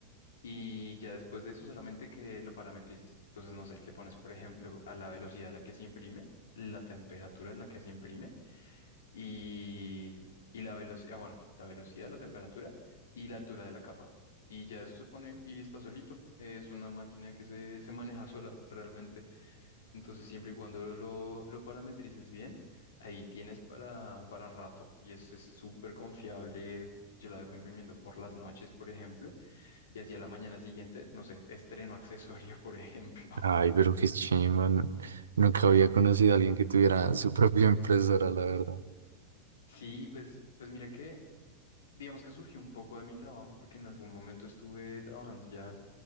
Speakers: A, on the left; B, on the right.
A: Y ya después de eso solamente que lo parametrices. Entonces, no sé, le pones, por ejemplo, a la velocidad a la que se imprime, la temperatura en la que se imprime y, y la velocidad, bueno, la velocidad, la temperatura y la altura de la capa. Y ya eso se pone y está solito. Es una máquina que se, se maneja sola realmente. Entonces, siempre y cuando lo, lo, lo parametrices bien, ahí tienes para, para rato. Y es es súper confiable. Yo la dejo imprimiendo por las noches, por ejemplo, y hacia la mañana siguiente, no sé, estreno accesorio, <laughs> por ejemplo.
B: Ay, pero qué chimba. nu- Nunca había conocido a alguien que tuviera <laughs> su propia impresora, la verdad.
A: Sí, pues, pues mira que, digamos que surgió un poco de mi trabajo, porque en algún momento estuve trabajando ya